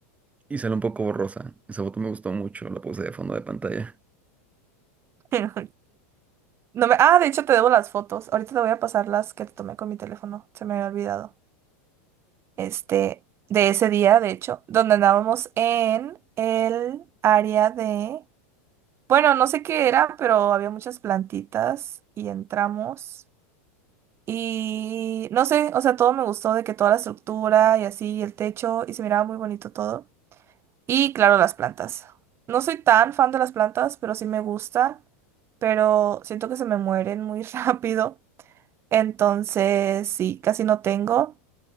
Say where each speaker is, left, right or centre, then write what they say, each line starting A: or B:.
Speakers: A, on the right (about 15°); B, on the right (about 35°).
A: y sale un poco borrosa. Esa foto me gustó mucho, la puse de fondo de pantalla.
B: <laughs> pero No me... Ah, de hecho te debo las fotos. Ahorita te voy a pasar las que te tomé con mi teléfono. Se me había olvidado. Este, de ese día, de hecho, donde andábamos en el área de... Bueno, no sé qué era, pero había muchas plantitas y entramos. Y no sé, o sea, todo me gustó de que toda la estructura y así, y el techo, y se miraba muy bonito todo. Y claro, las plantas. No soy tan fan de las plantas, pero sí me gustan. Pero siento que se me mueren muy <laughs> rápido. Entonces, sí, casi no tengo.